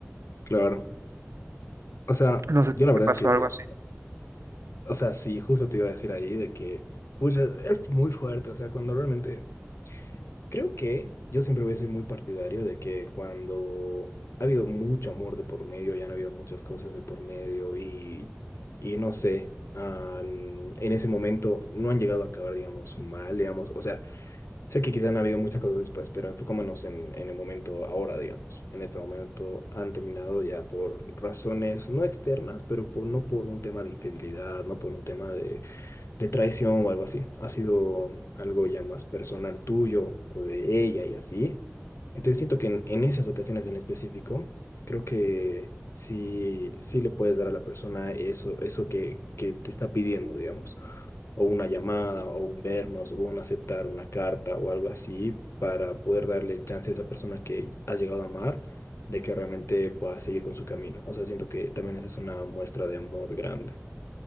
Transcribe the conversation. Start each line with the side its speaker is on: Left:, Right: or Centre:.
Left: claro. O sea,
Right: No sé
Left: yo
Right: si
Left: la verdad
Right: te pasó
Left: es que,
Right: algo
Left: o sea, sí, justo te iba a decir ahí de que, pucha, es muy fuerte, o sea, cuando realmente Creo que yo siempre voy a ser muy partidario de que cuando ha habido mucho amor de por medio, ya han habido muchas cosas de por medio y, y no sé, han- en ese momento no han llegado a acabar, digamos, mal, digamos, o sea, sé que quizás han habido muchas cosas después, pero enfocémonos en, en el momento ahora, digamos, en este momento han terminado ya por razones no externas, pero por, no por un tema de infidelidad, no por un tema de de traición o algo así. Ha sido algo ya más personal tuyo o de ella y así. Entonces siento que en, en esas ocasiones en específico, creo que sí, sí le puedes dar a la persona eso, eso que, que te está pidiendo, digamos. O una llamada, o un vernos, o un aceptar una carta o algo así, para poder darle el chance a esa persona que has llegado a amar de que realmente pueda seguir con su camino. O sea, siento que también esa es una muestra de amor grande.